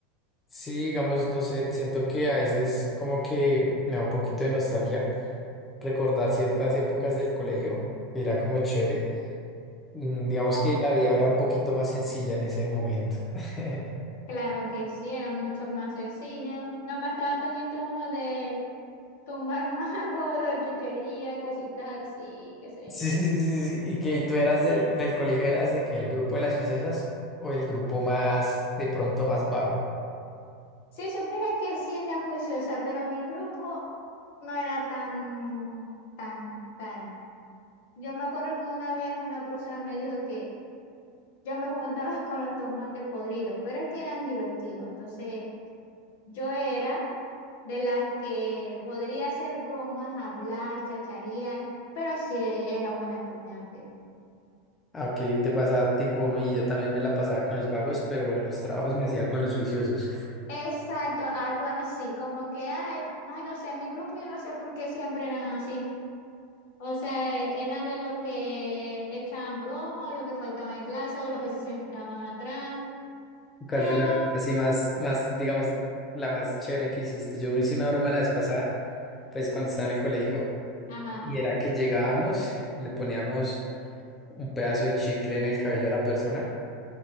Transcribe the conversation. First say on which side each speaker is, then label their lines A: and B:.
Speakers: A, on the left; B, on the left.
A: Sí, digamos, no sé, siento que a veces como que me da un poquito de nostalgia recordar ciertas épocas del colegio, que era como chévere. Mm, Digamos
B: Com-
A: que la vida era un poquito más sencilla en ese momento. <laughs>
B: claro que sí, era mucho más sencillo. Nada más estaba pendiente uno de tumbar <laughs> mango, de chuchería, cositas así, qué sé
A: Sí,
B: yo.
A: sí, sí, sí, sí. Y que tú eras del, del colegio, eras de que el grupo de las viciosas o el grupo más, de pronto más vago.
B: Si supiera que sí era juiciosa, pero mi grupo no era tan, tan, tan. Yo me acuerdo que una vez una profesora me dijo que Yo me juntaba con los tomates podridos, pero es que eran divertidos. Entonces, yo era de las que podría hacer bromas, hablar, chacharear, pero sí era buena estudiante.
A: Ah, ok, te pasaba tipo a mí, yo también me la pasaba con los vagos, pero en los trabajos me hacía con los juiciosos.
B: Exacto, algo así, como que, ay, ay, no sé, mi grupo yo no sé por qué siempre eran así. O sea, eh, eran de los que echaban broma, o los que faltaban en clase, o los que se sentaban atrás,
A: ¿Cuál
B: pero,
A: fue la broma así más, más, digamos, la más chévere que hiciste? Yo hice una broma la vez pasada, pues cuando estaba en el colegio,
B: ajá.
A: y era que llegábamos, le poníamos un pedazo de chicle en el cabello a la persona,